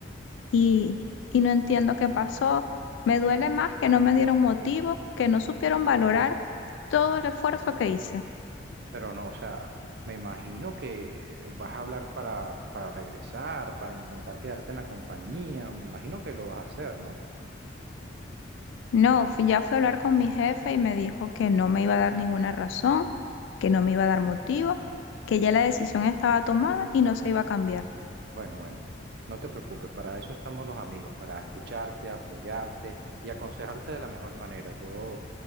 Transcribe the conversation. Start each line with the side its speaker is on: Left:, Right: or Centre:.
Left: y, y no entiendo qué pasó. Me duele más que no me dieron motivo, que no supieron valorar todo el esfuerzo que hice.
Right: pero no, o sea, me imagino que vas a hablar para, para regresar, para intentar quedarte en la compañía, me imagino que lo vas a hacer, ¿no?
Left: No, fui- ya fui a hablar con mi jefe y me dijo que no me iba a dar ninguna razón, que no me iba a dar motivo, que ya la decisión estaba tomada y no se iba a cambiar.
Right: Bueno, bueno, no te preocupes, para eso estamos los amigos, para escucharte, apoyarte y aconsejarte de la mejor manera. Yo,